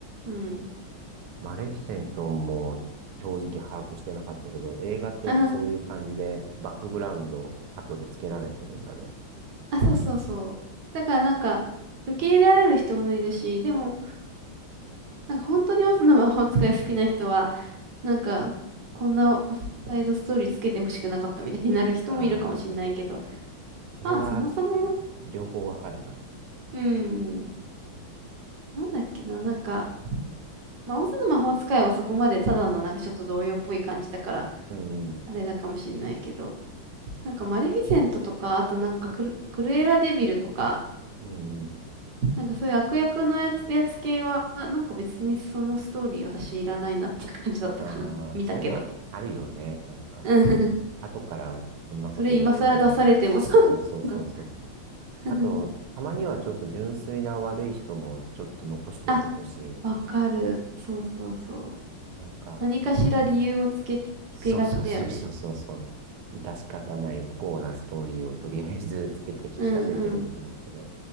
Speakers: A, on the right (about 60°); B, on the right (about 80°).
A: うん。
B: マレフィセントも正直把握してなかったけど、映画ってやっぱそういう感じでバックグラウンド後で付けられてるんだね。
A: <laughs> あ、そうそうそう。だからなんか、受け入れられる人もいるし、でも、なんか本当にオズの魔法使い好きな人は、なんか、こんなサイドストーリーつけてほしくなかったみたいになる人もいるかもしれないけど、
B: ああ、それは
A: まあ、そもそも、
B: 両方わかるな。
A: うん、なんだっけな、なんか、まあ、オズの魔法使いはそこまでただのなんかちょっと童謡っぽい感じだから、
B: うん。
A: あれだかもしれないけど、なんかマレフィセントとか、あとなんかクル、クルエラデビルとか、
B: うん
A: なんかそういう悪役のやつ、やつ系は、なんか別にそのストーリー私いらないなって感じだったかな。
B: うん。
A: <laughs>
B: ああ、
A: 見たけど。
B: そういうのはあるよね。なんか。
A: うん
B: 後からこんなこと言われても、
A: <laughs> それ今更出されてもそうそう
B: そうそうそうそうそう。あと、
A: そう
B: たまにはちょっと純粋な悪い人もちょっと残しておいてほしいよね。
A: <laughs> あ、わかる。そうそうそう。
B: なんか、
A: 何かしら理由をつけ、つけがちだよね。
B: そうそうそうそうそうそう。致し方ない不幸なストーリーをとりあえずつけて引き立ててるんだろうけど、
A: うんうん。